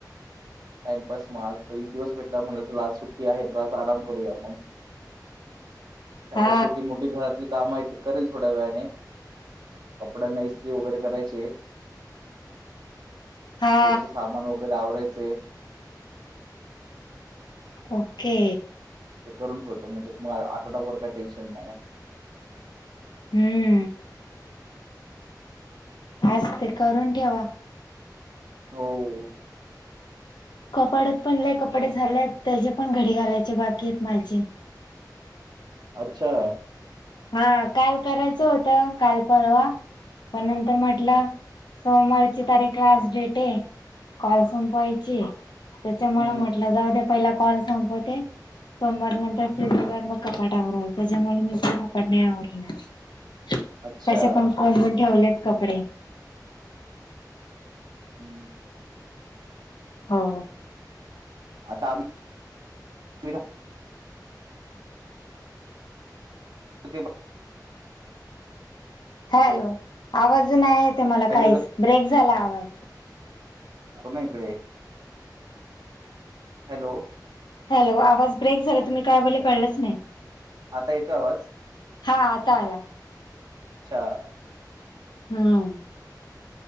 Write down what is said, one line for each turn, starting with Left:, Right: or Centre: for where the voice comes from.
Right: टाइमपास मग आज एक दिवस भेटला म्ह लाज सुट्टी आहे तर आज आराम करूया मग
Left: हा
Right: आता छोटी मोठी घरातली काम आहेत करेल थोड्या वेळाने कपडा नैस्त्री वगैरे करायचे
Left: हा
Right: थोडसे सामान वगैरे आवरायचे
Left: ओके
Right: ते करून ठेवतो म्हणजे मग आठवडा वर काय टेन्शन नाही
Left: हम्म हस् ते करून ठेवा
Right: हो हो
Left: कपाड्यात पण ल कपडे झाले आहेत त्याचे पण घडी घालायचे बाकी आहेत माझे
Right: अच्छा
Left: हा काल करायचं होतं काल परवा पण नंतर म्हटलं सोमवारची तारीख क्लास डेट आहे कॉल संपवायची त्याच्यामुळ
Right: हम्म
Left: म्हटलं जाऊ ते पहिला कॉल संपवते सोमवार नंतर फ्रीज झाल्यावर मग कपाटावर त्याच्यामुळे मी पण नाही आवडलं
Right: अच्छा
Left: कसे
Right: हम्म
Left: पण कोंबून ठेवलेत कपडे
Right: हम्म
Left: हो
Right: आता आम्ही राहतो ते
Left: हॅलो आवाज नाही येत मला
Right: हायवे
Left: काहीच ब्रेक झालाय आवाज
Right: तुम्ही इकडे हॅलो
Left: हॅलो आवाज ब्रेक झाला तुम्ही काय बोलले कळलंच नाही
Right: आता येतोय आवाज
Left: हा आता आला
Right: अच्छा
Left: हम्म